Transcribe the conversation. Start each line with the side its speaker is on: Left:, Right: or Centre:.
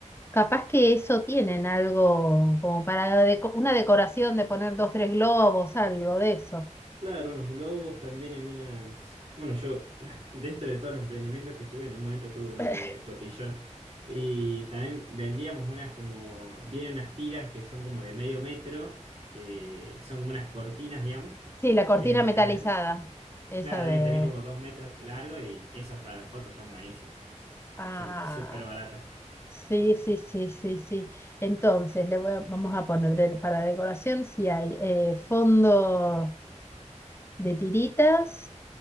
Left: Capaz que eso tienen algo como para deco- una decoración de poner dos, tres globos, algo de eso.
Right: Claro, unos globos también en unas. Bueno, yo, <laughs> dentro de todos los emprendimientos que tuve, en un momento tuve uno
Left: <laughs>
Right: de cotillón. Y también vendíamos unas como. Vienen unas tiras que son como de medio metro, que son como unas cortinas, digamos, que
Left: Sí, la cortina
Right: deben tener.
Left: metalizada, esa
Right: Claro,
Left: de...
Right: deben tener como dos metros de largo y esas para las fotos están buenísimas.
Left: Ah,
Right: Son súper baratas.
Left: sí, sí, sí, sí, sí. Entonces, le voy a- vamos a poner de- para decoración si hay eh, fondo de tiritas.